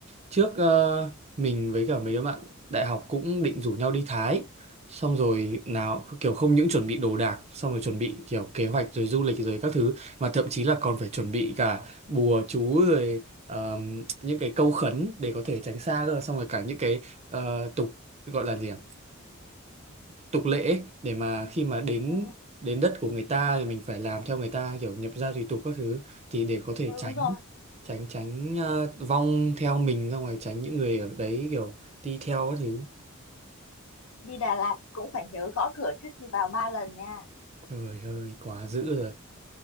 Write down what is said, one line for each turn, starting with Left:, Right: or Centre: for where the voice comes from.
Right: trước ờ, mình với cả mấy đứa bạn đại học cũng định rủ nhau đi Thái xong rồi nào kiểu không những chuẩn bị đồ đạc xong rồi chuẩn bị kiểu kế hoạch rồi du lịch rồi các thứ mà thậm chí là còn phải chuẩn bị cả bùa chú rồi ờm, những cái câu khấn để có thể tránh xa cơ xong rồi cả những cái ờ, tục gọi là gì à? tục lệ ấy, để mà khi mà đến
Left: ừ,
Right: đến đất của người ta thì mình phải làm theo người ta kiểu nhập gia tùy tục các thứ thì để có thể
Left: ừ,
Right: tránh
Left: đúng rồi
Right: tránh tránh ờ, vong theo mình ra ngoài tránh những người ở đấy kiểu đi theo các thứ
Left: đi Đà Lạt cũng phải nhớ gõ cửa trước khi vào ba lần nha
Right: trời ơi quá dữ rồi